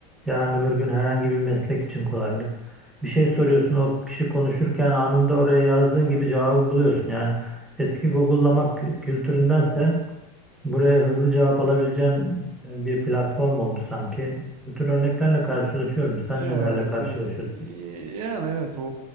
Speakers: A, in the centre; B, on the right.
A: Yarın öbür gün herhangi bir meslek için kolaylık bir şey soruyorsun o kişi konuşurken anında oraya yazdığın gibi cevabı buluyorsun. Yani eski Google'lamak kültüründense buraya hızlı cevap alabileceğin e, bir platform oldu sanki. Bu tür örneklerle karşılaşıyorum. Sen
B: Ya
A: nelerle
B: evet
A: Evet. karşılaşıyorsun?
B: evet. Ee, Yani evet o